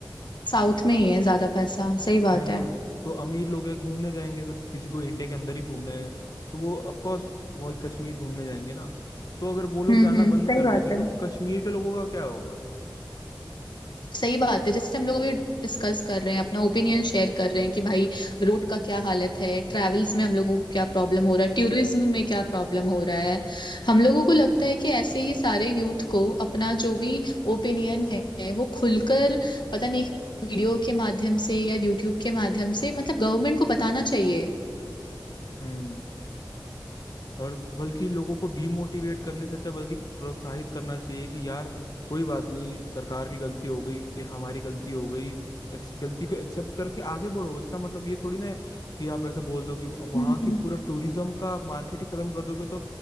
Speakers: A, on the left; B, on the left.
A: साउथ में ही है ज्यादा पैसा सही बात
B: है ना
A: है
B: तो अमीर लोग है घूमने जाएंगे अगर किसी को इंडिया के अंदर ही घूमना है तो वो ऑफ कोर्स वो कश्मीर घूमने जाएंगे ना तो अगर वो लोग
A: हम्म
B: जाना
A: हम्म
B: बंद
A: सही
B: कर
A: बात
B: देंगे
A: है
B: तो कश्मीर के लोगों का क्या होगा
A: सही बात है जैसे हम लोग अभी डिस्कस कर रहे हैं अपना ओपिनियन शेयर कर रहे हैं कि भाई रोड का क्या हालत है ट्रैवल्स में हम लोगों को क्या प्रॉब्लम हो रहा है टूरिज्म में क्या प्रॉब्लम हो रहा है हम लोगों को लगता है कि ऐसे ही सारे यूथ को अपना जो भी ओपिनियन है वो खुलकर पता नहीं एक वीडियो के माध्यम से या यूट्यूब के माध्यम से मतलब गवर्नमेंट को बताना चाहिए
B: हम्म और बल्कि लोगों को डीमोटिवेट करने से अच्छा बल्कि प्रोत्साहित करना चाहिए कि यार कोई बात नहीं सरकार की गलती हो गई ए, हमारी गलती हो गई एक्स- गलती को एक्सेप्ट करके आगे बढ़ो इसका मतलब ये थोड़ी ना है कि आप ऐसा बोल दो कि वहां
A: हम्म
B: की
A: हम्म,
B: पूरा टूरिज्म का मार्केट ही खत्म कर दोगे तो